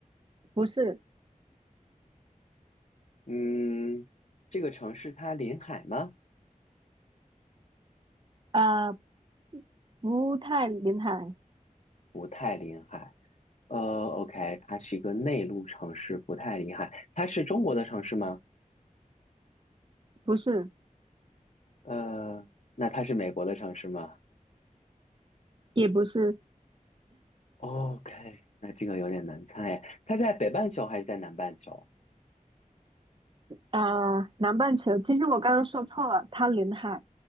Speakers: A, on the right (about 35°); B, on the left (about 55°).
A: 不是，
B: 嗯，这个城市它临海吗？
A: 呃，不太临海，
B: 不太临海。呃，OK，它是一个内陆城市，不太临海。它是中国的城市吗？
A: 不是，
B: 呃，那它是美国的城市吗
A: 也不是。
B: ？OK，那这个有点难猜。它在北半球还是在南半球？
A: 啊，南半球，其实我刚刚说错了，它临海，